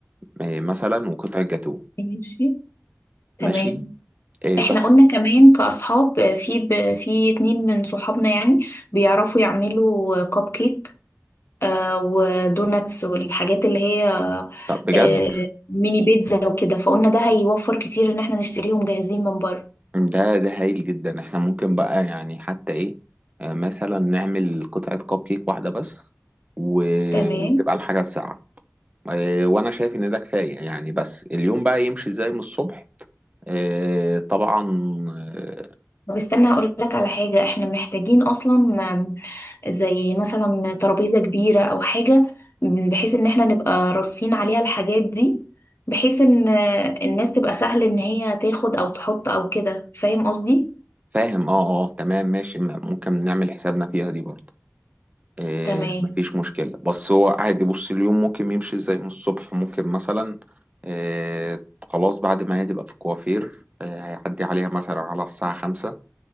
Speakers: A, on the right (about 30°); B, on the left (about 60°).
A: آه، مثلا وقطع جاتوه
B: ماشي تمام
A: ماشي آه،
B: احنا
A: بس
B: قلنا كمان كأصحاب في ب... في اتنين من صحابنا يعني بيعرفوا يعملوا كب كيك آه، ودوناتس والحاجات اللي هي
A: طب بجد
B: آه، ميني بيتزا وكده فقلنا ده هيوفر كتير ان احنا نشتريهم جاهزين من بره
A: ده ده هايل جدا احنا ممكن بقى يعني حتى ايه آه، مثلا نعمل قطعة كب كيك واحدة بس و...
B: تمام
A: وتبقى الحاجة الساعة آه، وانا شايف ان ده كفاية يعني بس اليوم بقى يمشي ازاي من الصبح آه، طبعا آه،
B: طب استنى هقول لك على حاجة احنا محتاجين اصلا زي مثلا ترابيزة كبيرة أو حاجة بحيث إن احنا نبقى راصين عليها الحاجات دي بحيث إن الناس تبقى سهل إن هي تاخد أو تحط أو كده فاهم قصدي؟
A: فاهم اه اه تمام ماشي م- ممكن نعمل حسابنا فيها دي برضه آه،
B: تمام
A: مفيش مشكلة بس هو عادي بص اليوم ممكن يمشي ازاي من الصبح ممكن مثلا آه، خلاص بعد ما هي تبقى في الكوافير آه، هيعدي عليها مثلا على الساعة خمسة